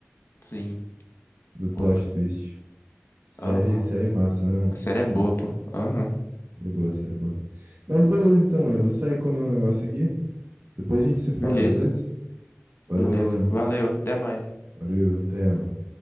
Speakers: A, on the left; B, on the right.
A: Sim.
B: Do plot
A: Pô,
B: twist. Série,
A: aham.
B: série massa, né,
A: A série é boa,
B: mano?
A: pô. Aham.
B: Série boa, série boa. Mas beleza então, mano. Eu vou sair comer um negócio aqui. Depois a gente se fala,
A: Beleza,
B: beleza? Valeu,
A: beleza.
B: mano.
A: Valeu, até mais.
B: Valeu, até, mano.